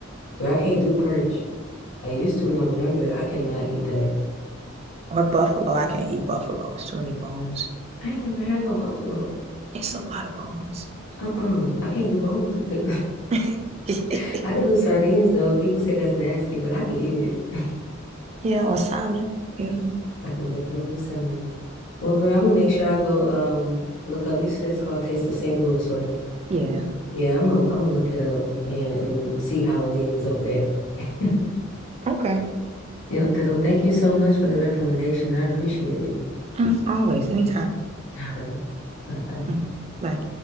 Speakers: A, on the left (about 65°); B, on the right (about 30°).
A: Girl, I can't do perch. I used to when I was younger. I cannot eat that.
B: Or buffalo. I can't eat buffalo. It's too many bones.
A: I ain't never had no buffalo.
B: It's a lot of bones.
A: Uh-uh. I can't do bones either.
B: <laughs>
A: <laughs> I could do sardines though. People say that's nasty, but I can eat it.
B: Yeah, or Simon. Yeah.
A: <laughs> I can definitely do salmon. Well, girl, I'm gonna make sure I go um look up. You said it's called Taste of St. Louis, right?
B: Yeah.
A: Yeah, I'm gonna I'm gonna look it up and, and see how it is over there. <laughs>
B: Okay.
A: Yeah, so thank you so much for the recommendation. I appreciate it.
B: Mm, Always, anytime.
A: All right. Bye bye.
B: Mm, Bye.